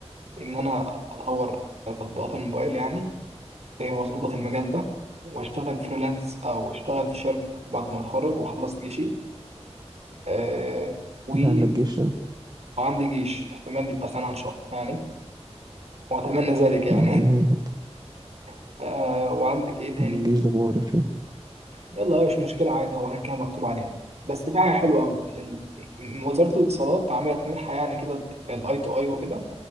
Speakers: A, on the right (about 65°); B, on the right (about 35°).
A: ان انا اطور تطبيقات الموبايل يعني إيه، واظبط المجال ده واشتغل فريلانس او اشتغل في شركه بعد ما اتخرج واخلص جيشي آه و-
B: انت عندك جيش ها؟
A: وعندي جيش احتمال يبقى سنه ان شاء الله يعني واتمنى ذلك يعني
B: ربنا يعينك
A: <laughs> آه وعندك ايه تاني
B: الجيش ده مقرف يعني
A: يلا مش مشكلة عادي هو كده كده مكتوب عليها بس في حاجة حلوة أوي ال- م- وزارة الاتصالات عملت منحة يعني كده الأي تو أي وكده